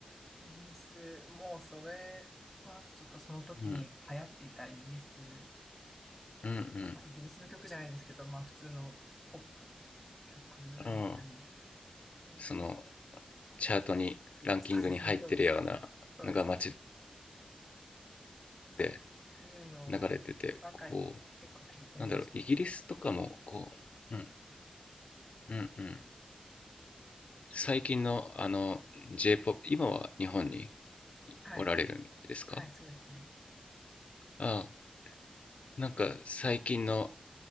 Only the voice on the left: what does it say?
うん、うん、
うん、うん。
そのチャートにランキングに入ってるようなのが街
で流れてて、
こう、なんだろう、イギリスとかもこう、うん、うん、うん。最近のあの J-POP、今は日本に
おられるんですか
ああ、なんか最近の